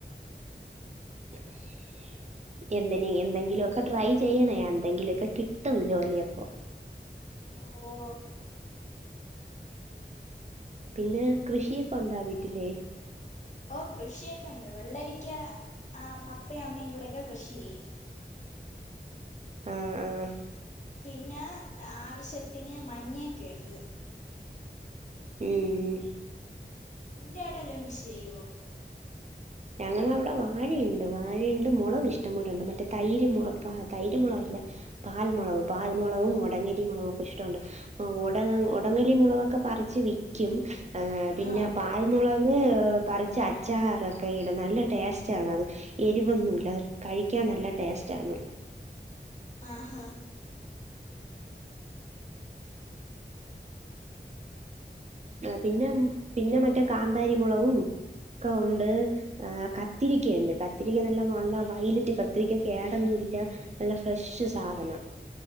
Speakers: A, on the right; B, on the left.
A: <unintelligible> എന്തിന് എന്തെങ്കിലൊക്കെ ട്രൈ ചെയ്യണേ എന്തെങ്കിലൊക്കെ കിട്ടും ജോലി അപ്പോ
B: ഓ ഓ
A: പിന്നെ കൃഷിയൊക്കെ ഉണ്ടോ വീട്ടില്
B: ഓ കൃഷിയൊക്കെ ഇണ്ട് വെള്ളരിക്ക പപ്പയും അമ്മയും കുടെഒക്കെ കൃഷി ചെയ്യും.
A: ആഹ് ആഹ്
B: പിന്നെ ആവശ്യത്തിന് മഞ്ഞൊക്കെ ഇണ്ട്
A: ഉം
B: നിന്റെ അവിടെ എല്ലം കൃഷി ചെയ്യോ
A: ഞങ്ങടെ അവിടെ വാഴയുണ്ട് വാഴയുണ്ട് മുളക് ഇഷ്ടം പോലെ ഉണ്ട് മറ്റേ തൈര് മു ള പാ തൈര് മുളകല്ല പാൽമുളക് പാൽമുളകും ഒടങ്ങടി മുളകൊക്കെ ഇഷ്ടമുണ്ട് ഒടങ്ങ്
B: ആഹ്
A: ഒടങ്ങല്ലി മുളകൊക്കെ പറിച്ച് വിക്കും പിന്നെ
B: ആഹ്
A: പാൽമുളക് പറിച്ച് അച്ചാറ് ഒക്കെയിടും നല്ല ടേസ്റ്റാണ് അത് എരിവൊന്നുവില്ല കഴിക്കാൻ നല്ല ടേസ്റ്റാണ്.
B: ആഹ് ഹാ
A: പിന്നെ പിന്നെ മറ്റേ കാന്താരിമുളകും ഒക്കെ ഉണ്ട് ക ത്തിരിക്കയുണ്ട് കത്തിരിക്ക നല്ല നല്ല വയ്ലറ്റ് കത്തിരിക്ക കേടൊന്നുല്ല നല്ല ഫ്രഷ് സാധനം.